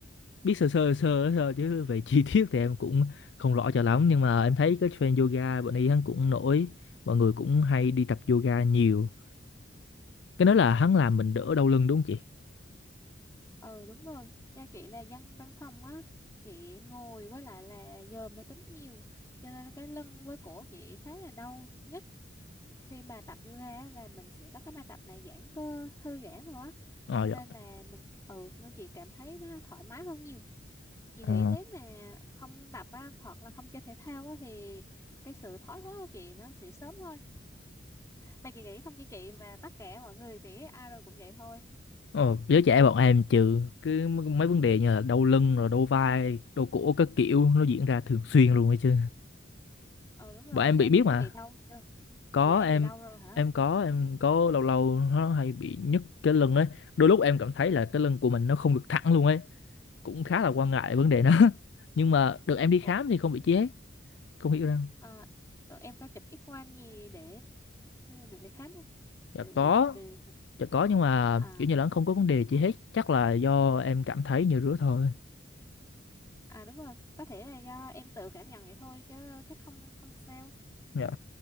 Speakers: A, on the left; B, on the left.
A: biết sơ sơ sơ thôi chứ về chi <laughs> tiết thì em cũng không rõ cho lắm nhưng mà em thấy cái trend yoga bọn ấy hắn cũng nổi mọi người cũng hay đi tập yoga nhiều cái đó là
B: ừ
A: hắn làm mình đỡ đau lưng đúng không chị
B: ừ đúng rồi do chị là dân văn phòng á chị ngồi với lại là giờ máy tính nhiều cho nên cái lưng với cổ chị khá là đau nhất khi mà tập yoga á, là mình sẽ có cái bài tập mà giãn cơ thư giãn rồi á
A: ờ
B: cho
A: dạ.
B: nên là mình ừ nên chị cảm thấy nó thoải mái hơn nhiều chị
A: ờ
B: nghĩ nếu mà không tập á hoặc là không chơi thể thao á thì cái sự thoái hóa của chị nó sẽ sớm thôi mà chị nghĩ không chỉ chị mà tất cả mọi người thì ai rồi cũng vậy thôi
A: ờ giới trẻ bọn em trừ cứ mấy vấn đề như là đau lưng rồi đau vai đau cổ các kiểu nó diễn ra thường xuyên luôn ấy chứ
B: ừ đúng rồi
A: bọn em
B: em
A: bị biết
B: có
A: mà
B: bị đau chưa
A: có
B: là em
A: em
B: bị đau rồi hả
A: em có em có lâu lâu nó hay bị nhức cái lưng ấy đôi lúc em cảm thấy là cái lưng của mình nó không được thẳng luôn ấy cũng khá là quan ngại vấn đề đó <laughs> nhưng mà được em đi
B: Ồ,
A: khám thì không bị chi hết không hiểu đâu
B: à, rồi em có chụp X quang gì để để, để khám không?
A: dạ
B: Để,
A: có
B: để, để...
A: dạ có nhưng mà
B: À,
A: kiểu như là nó không có vấn đề chi hết chắc là do em cảm thấy như rứa thôi
B: à đúng rồi, có thể là do em tự cảm nhận vậy thôi chứ chắc không không sao.
A: dạ